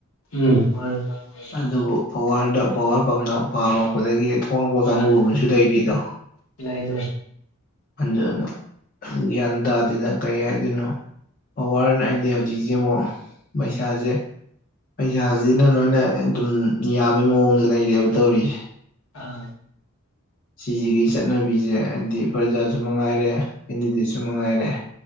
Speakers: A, on the left; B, on the left.
A: ꯎꯝ ꯃꯥꯅꯦ ꯃꯥꯅꯦ ꯃꯥꯅꯦ
B: ꯑꯗꯨꯕꯨ ꯄꯋꯥꯔꯗ ꯄꯋꯥꯔ ꯄꯝꯅ ꯄꯥꯝꯃꯛꯄꯗꯒꯤ ꯊꯣꯛꯂꯛꯄ
A: ꯃꯥꯅꯦ
B: ꯀꯥꯡꯕꯨ ꯑꯃꯁꯨ ꯂꯩꯔꯤꯗꯣ
A: ꯂꯩ ꯂꯩ
B: ꯑꯗꯨꯅ ꯒ꯭ꯌꯥꯟ ꯇꯥꯗꯦꯗ ꯀꯩ ꯍꯥꯏꯗꯣꯏꯅꯣ ꯄꯋꯥꯔꯅ ꯑꯩꯗꯤ ꯍꯧꯖꯤꯛꯁꯦ ꯑꯃꯨꯛ ꯄꯩꯁꯥꯖꯦ ꯄꯩꯁꯥꯖꯤꯅ ꯂꯣꯏꯅ ꯑꯗꯨꯝ ꯌꯥꯕꯩ ꯃꯑꯣꯡꯗ ꯂꯩꯔꯦꯕ ꯇꯧꯔꯤꯖꯦ
A: ꯑꯥ
B: ꯁꯤꯖꯤꯒꯤ ꯆꯠꯅꯕꯤꯖꯦ ꯍꯥꯏꯕꯗꯤ ꯄ꯭ꯔꯖꯥꯁꯨ ꯃꯉꯥꯏꯔꯦ ꯀꯦꯟꯗꯤꯗꯦꯠꯁꯨ ꯃꯉꯥꯏꯔꯦ